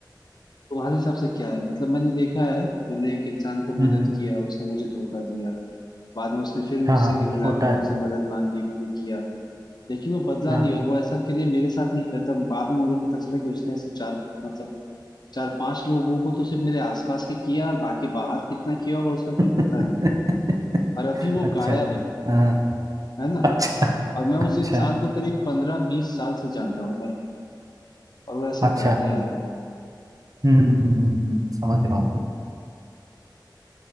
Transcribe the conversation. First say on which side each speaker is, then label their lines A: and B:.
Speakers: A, on the left (about 60°); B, on the right (about 50°).
A: तुम्हारे हिसाब से क्या है मतलब मैंने देखा है मैंने एक इंसान को
B: हम्म,
A: मदद
B: हम्म, हम्म।
A: किया उसने मुझे धोखा दिया बाद में उसने फिर मुझसे
B: हाँ हाँ
A: गिड़ रहा
B: होता
A: कि मुझसे
B: है
A: मदद मांगी मैंने किया लेकिन वो बदला
B: हाँ
A: नहीं और वो ऐसा के लिए मेरे साथ नहीं करता बाद में मुझे पता चला कि उसने ऐसे चार मतलब चार पांच लोगों को तो सिर्फ मेरे आसपास के किया और बाकी बाहर कितना किया होगा उसका
B: <laughs>
A: कोई पता नहीं और अभी वो
B: अच्छा
A: गायब है
B: हाँ
A: है ना
B: अच्छा
A: और मैं
B: अच्छा
A: उस इंसान को करीब पंद्रह बीस साल से जानता हूँ भाई और वो ऐसा
B: अच्छा
A: करते
B: हम्म
A: आ रहा है
B: हम्म, हम्म, हम्म, हम्म, समझ रहा हूँ